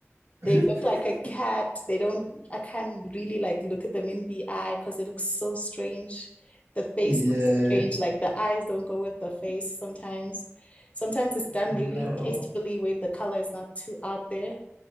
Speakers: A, on the right; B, on the left.
A: <laughs>
B: they look like a cat. They don't, I can't really like look at them in the eye because they look so strange. The face
A: Yeah,
B: looks strange, like the eyes don't go with the face sometimes. Sometimes it's done
A: not
B: really
A: at
B: tastefully
A: all.
B: where the color is not too out there,